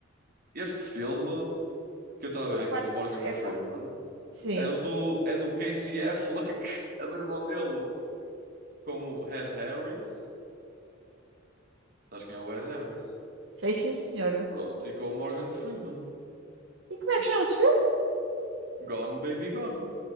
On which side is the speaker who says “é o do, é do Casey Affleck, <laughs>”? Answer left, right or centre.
Right